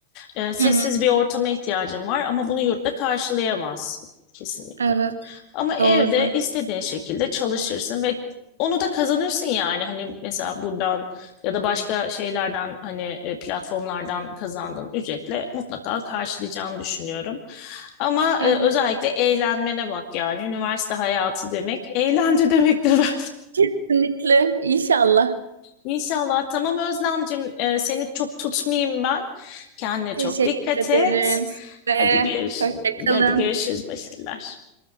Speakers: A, on the left (about 45°); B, on the right (about 70°).
A: E, sessiz
B: Hı hı.
A: bir ortama ihtiyacın var ama bunu yurtta karşılayamazsın kesinlikle.
B: evet.
A: Ama evde
B: Doğru.
A: istediğin şekilde çalışırsın ve onu da kazanırsın yani. Hani mesela buradan ya da başka şeylerden hani e, platformlardan kazandığın ücretle mutlaka karşılayacağını düşünüyorum. Ama
B: Evet.
A: e, özellikle eğlenmene bak yani. Üniversite hayatı demek eğlence demektir <laughs> bence.
B: Kesinlikle. İnşallah.
A: İnşallah. Tamam Özlemcim, e, seni çok tutmayayım ben. Kendine çok
B: Teşekkür
A: dikkat
B: ederim
A: et.
B: size.
A: Hadi görüş,
B: Hoşça kalın.
A: hadi görüşürüz başarılar.